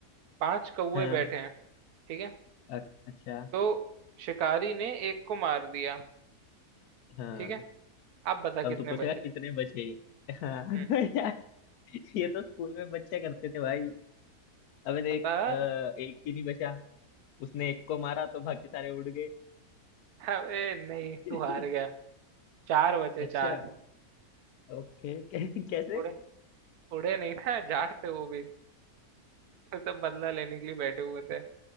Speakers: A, on the right; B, on the left.
A: पांच कौवे
B: हाँ
A: बैठे हैं ठीक है
B: अ- अच्छा
A: तो शिकारी ने एक को मार दिया
B: हाँ
A: ठीक है आप बता
B: तब
A: कितने
B: तो पूछेगा
A: बचे
B: कितने बचे हाँ <laughs>
A: हम्म
B: यार ये तो स्कूल में बच्चे करते थे भाई अबे देख
A: पता
B: अ, एक भी नहीं बचा उसने एक को मारा तो बाकी सारे उड़ गए
A: अरे नहीं
B: <laughs>
A: तू हार गया चार बचे चार
B: अच्छा ओके कै- कैसे
A: उड़े उड़े नहीं ना जाट थे वो भी तो सब बदला लेने के लिए बैठे हुए थे